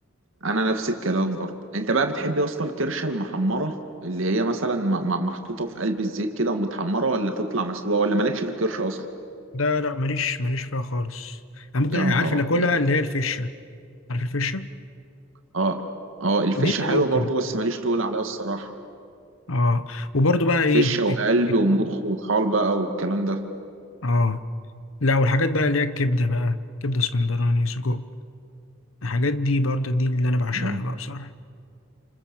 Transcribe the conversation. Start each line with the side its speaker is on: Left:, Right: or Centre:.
Right: انا نفس الكلام برضه انت بقى بتحب يا اسطى الكرشه المحمره اللي هي مثلا م- م- محطوطه في قلب الزيت كده ومتحمره ولا تطلع مسلوقه ولا مالكش في الكرشه اصلا
Left: ده لا ماليش ماليش فيها خالص انا ممكن
Right: يا
Left: عارف
Right: نهار
Left: اللي
Right: ابيض
Left: اكلها اللي هي الفشة عارف الفشة
Right: اه اه الفشه
Left: دي اللي
Right: حلوه
Left: ممكن
Right: برضه بس ماليش تقول عليها الصراحه
Left: اه وبرضو بقى ايه
Right: فشه وقلب
Left: الك- الك-
Right: ومخ وطحال بقى والكلام ده
Left: اه لا والحاجات بقى اللي هي الكبدة بقى كبدة اسكندراني سجق الحاجات دي برضو دي اللي انا بعشقها
Right: مم.
Left: بقى بصراحة